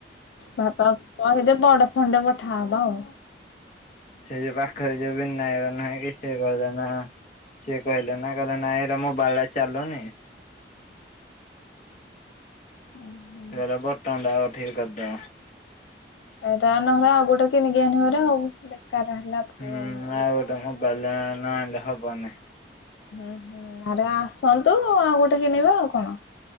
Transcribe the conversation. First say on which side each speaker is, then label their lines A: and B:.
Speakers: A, on the left (about 80°); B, on the left (about 40°).
A: ବାପା କହିଦେ ବଡ ଫୋନ୍ ଟେ ପଠାହବ ଆଉ।
B: ସେ ଯୋଉ ପାଖରେ ଯୋଉ ବିନାୟକ ନୁହେଁ କି ସେ କହଦେ ନା ସିଏ କହିଲେ ନା କହିଲେ ନା ଏଇଟା ମୋ ବାଲାଇଟ୍ ଟା ଚାଲୁନି
A: ଓହୋ।
B: <unintelligible> ବଟମ ଟା ଠିକ୍ କରିଦବ।
A: ଏଇଟା ନହେଲେ ଆଉ ଗୋଟେ କିଣିକି ଆଣିବି ହାରି ଆଉ ବେକାର ହେଲା। ପୁଅ
B: ହୁଁ,
A: ଇଏଟା
B: ଆଉ ଗୋଟେ ମୋବାଇଲ
A: ନା କି?
B: ନ ଆଣିଲେ ହବନି।
A: ହୁଁ, ହୁଁ ଆରେ ଆସନ୍ତୁ ଆଉ ଗୋଟେ କିଣିବା ଆଉ କଣ।